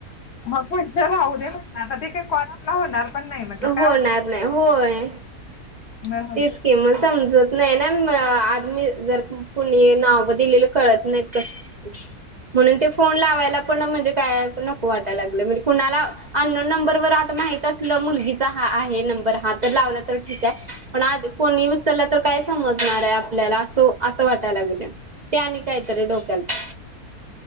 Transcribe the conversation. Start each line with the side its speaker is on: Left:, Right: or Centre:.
Left: मग पुढचं राहूदे म्हटलं आता ते काय कॉल आपला होणार पण नाही म्हटलं,
Right: होणार
Left: काय उपयोग.
Right: नाही होय.
Left: होयच
Right: तेच की मग समजत नाही ना. आज मी जर कुणी नाव ब दिलेलं कळत नाहीत कस ते. <inaudible> म्हणून ते फोन लावायला पण म्हणजे काय नको वाटाय लागलंय. म्हणजे कुणाला अननोन नंबरवर आता माहि त असलं, मुलगीचा हा आहे नंबर हा तर लावला तर ठीक आहे. पण आज कोणीही उचलला तर काय समजणार आहे आपल्याला, अस असं वाटाय लागलंय. ते आणि काहीतरी डोक्याला